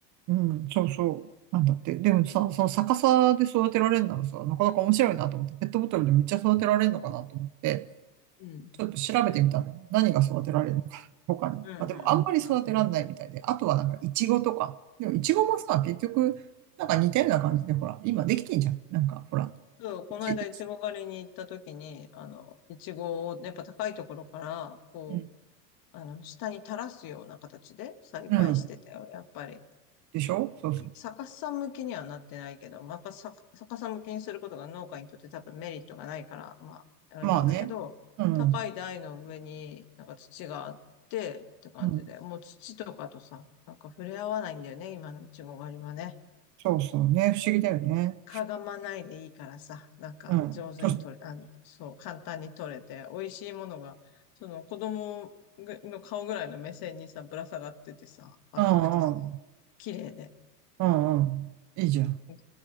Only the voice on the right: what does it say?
うん、そうそう。なんだって。でもさ、その逆さで育てられるならさ、なかなか面白いなと思って、ペットボトルでめっちゃ育てられるのかなと思って、
ちょっと調べてみたの。何が育てられるのか、他に。
まあ、
でもあんまり育てられないみたいで、
あとはなんかイチゴとか。でもイチゴもさ、結局、なんか似たような感じで、ほら、今できてんじゃん。なんか、ほら。
いちいち
うん。
うん
でしょそうそう。
まあね。うん。
うん。
そうそうね。不思議だよね。
うん。とし、
うんうん。
うんうん。いいじゃん。